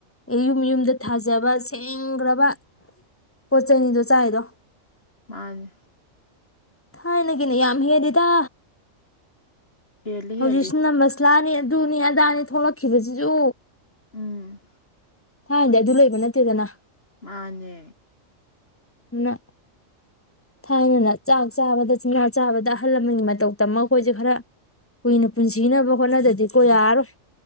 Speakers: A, on the left (about 15°); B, on the left (about 50°).
A: ꯌꯨꯝ ꯌꯨꯝꯗ ꯊꯥꯖꯕ ꯁꯦꯡꯒ꯭ꯔꯕ ꯄꯣꯠ ꯆꯩꯅꯤꯗꯣ ꯆꯥꯏꯗꯣ꯫
B: ꯃꯥꯅꯦ꯫
A: ꯊꯥꯏꯅ ꯒꯤꯅ ꯌꯥꯝ ꯍꯦꯜꯂꯤꯗ꯫
B: ꯍꯦꯜꯂꯤ
A: ꯍꯧꯖꯤꯛꯁꯤꯅ
B: ꯍꯦꯜꯂꯤ
A: ꯃ꯭ꯁꯂꯥꯅꯤ ꯑꯗꯨꯅꯤ ꯑꯗꯥꯅꯤ ꯊꯣꯛꯂꯛꯈꯤꯕꯖꯤꯁꯨ꯫
B: ꯎꯝ꯫
A: ꯊꯥꯏꯅꯗꯤ ꯑꯗꯨ ꯂꯩꯕ ꯅꯠꯇꯦꯗꯅ꯫
B: ꯃꯥꯅꯦ꯫
A: ꯎ꯫ ꯊꯥꯏꯅꯅ ꯆꯥꯛ ꯆꯥꯕꯗ ꯆꯤꯡꯖꯥ ꯆꯥꯕꯗ ꯑꯍꯜ ꯂꯃꯟꯒꯤ ꯃꯇꯧꯇ ꯑꯃ ꯑꯩꯈꯣꯏꯁꯦ ꯈꯔ ꯀꯨꯏꯅ ꯄꯨꯟꯁꯤꯅꯕ ꯍꯣꯠꯅꯗꯗꯤꯀꯣ ꯌꯥꯔꯔꯣꯏ